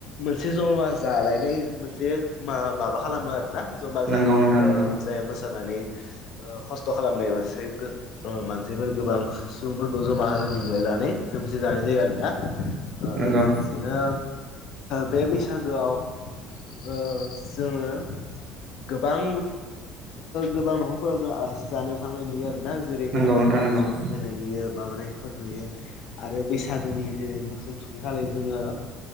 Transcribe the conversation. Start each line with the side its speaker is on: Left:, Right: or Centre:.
Left: मोनसे ज'मा जालायनाय मोनसे मा-माबा खालामो आरोना जमा
Right: नोंगौ
Left: जाहाथे
Right: नोंथां
Left: ओ
Right: नोंगौ
Left: जाय मो- नानै ओ खस्थ' खालामनाय मानसै गो ओ मानसिफोर गोबां सुबुंफोरखौ जमा हो- लिंलायनानै जोमसे जानाय जायो आरोना
Right: नोंगौ
Left: लोगोसेनो बे बैसागोआव ओ जोङो गोबां गोबां न'खरफोराव जों आलासि जानो थांनाय नुयो आरो दा जेरै
Right: नोंगौ
Left: गोदान
Right: नोंथां
Left: गोदान आलासिफोर
Right: नोंगौ
Left: फैनाय नुयो माबानायफोर नुयो आरो बैसागोनि जेरै मोसौ थुखैखालि जोङो